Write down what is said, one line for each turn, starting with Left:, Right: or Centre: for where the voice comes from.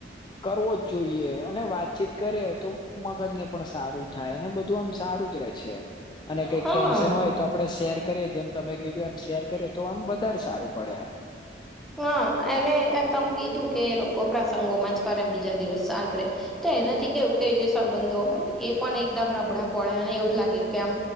Left: કરવો જ જોઈએ અને વાતચીત કરીએ તો મગજને પણ સારું થાય ને બધું આમ સારું જ રે છે, અને કઈક
Centre: હા
Left: ટેન્શન હોય તો આપડે શેર કરીએ જેમ તમે કીધું એમ શેર કરીએ તો આમ વધારે સારું પડે.
Centre: હા એને તમ કીધું કે એ લોકો પ્રસંગોમાં જ ક રે બીજા દિવસ શાંત રે તો એનાથી કેવું કે જે સંબંધો હોય એ પણ એકદમ ન બડા પડે અને એવું જ લાગે કેમ